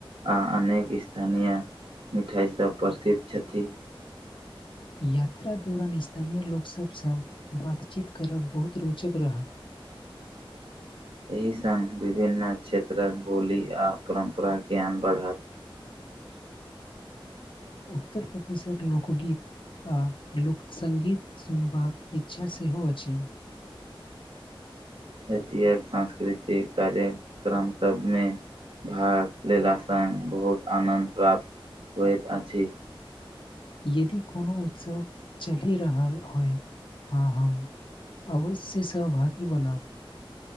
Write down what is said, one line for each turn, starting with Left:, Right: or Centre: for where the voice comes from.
Right: आ अनेक स्थानीय मिठाइ सभ प्रसिद्ध छथि
Left: यात्रा दौरान स्थानीय लोकसभसँ बातचीत करब बहुत रोचक रहत
Right: <inaudible> एहि संग विभिन्न क्षेत्रक बोली आ परम्पराक ज्ञान बढ़त
Left: उत्तर प्रदेशक लोको गीत आ लोकसंगीत सुनबाक इच्छा सेहो अछि
Right: एतियक सांस्कृतिक कार्यक्रम सभमे भाग लेलासँ बहुत आनन्द प्राप्त होइत अछि
Left: यदि कोनो उत्सव चलि रहल होइत हँ हम अवश्य सहभागी बनब